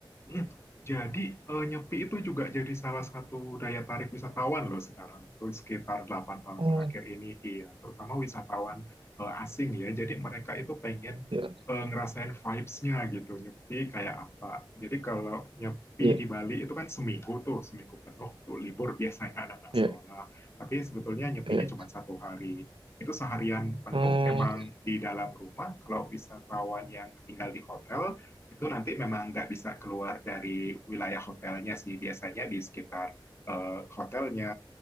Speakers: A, on the left; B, on the right.
A: Hmm. Jadi eh, Nyepi itu juga jadi salah satu daya tarik wisatawan loh sekarang. Itu sekitar delapan tahun
B: oh
A: terakhir ini, iya, terutama wisatawan eh, asing ya. Jadi mereka itu pengen
B: ya
A: eh, ngerasain vibes-nya gitu, Nyepi kayak apa. Jadi kalau Nyepi
B: <laughs> iya
A: di Bali itu kan seminggu tuh, seminggu penuh tuh libur biasanya anak-anak sekolah.
B: iya
A: Tapi sebetulnya Nyepinya
B: iya
A: cuma satu hari. Itu seharian penuh
B: hmm
A: memang di dalam rumah. Kalau wisatawan yang tinggal di hotel, itu nanti memang nggak bisa keluar dari wilayah hotelnya sih biasanya di sekitar eh, hotelnya